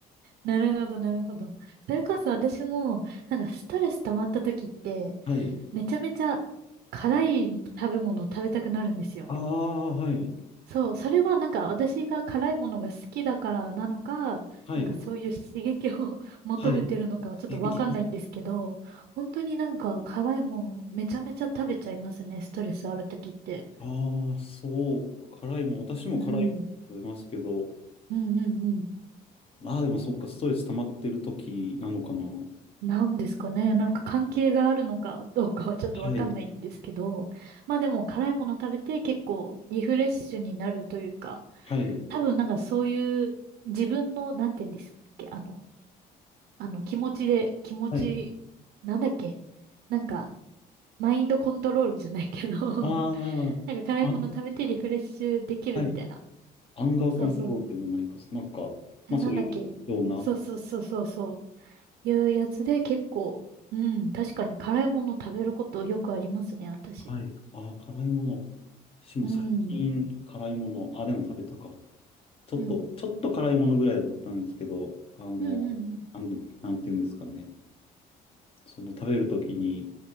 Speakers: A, on the right; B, on the left.
A: なるほどなるほど。それこそ私も、なんかストレス溜まった時って、
B: はい。
A: めちゃめちゃ辛い食べ物を食べたくなるんですよ。
B: ああ、はい。
A: そう、それはなんか私が辛いものが好きだからなのか、
B: はい。
A: なんかそういう刺激を <laughs> 求めてるのかはちょっとわかんないんですけど、
B: はい。<laughs>
A: 本当になんか辛いもんめちゃめちゃ食べちゃいますね、ストレスあるときって。
B: ああ、そう、辛いもん、私も辛いもの食べますけど、
A: うん。うんうんうん。
B: まあでもそっか、ストレス溜まってる時なのかな。は
A: なんですかね。なんか関係があるのかどうかはちょっとわかんないんですけど、
B: い、
A: まあでも辛いもの食べて結構リフレッシュになるというか、
B: はい、
A: 多分なんかそういう自分の、なんて言うんですっけ、あの、あの、気持ちで、気持ち、
B: はい。
A: なんだっけなんか、マインドコントロールじゃないけど <laughs>
B: ああ、
A: なんか辛いもの食べてリフレッシュできるみたいな。
B: あん、はい。アンガーコントロールでもないか、
A: そうそう。
B: なんか、
A: あなんだっけそうそうそうそうそう。
B: まあそういうような。
A: いうやつで結構、うん、確かに辛いもの食べることよくありますね、私。
B: はい。ああ、辛いもの。私も最近辛いもの、
A: うん。
B: あ、でも食べたか。ちょっと、
A: うん。
B: ちょっと辛いものぐらいだったんですけど、あの、
A: うんうん
B: なんで、なんていうんですかね。その食べるときに、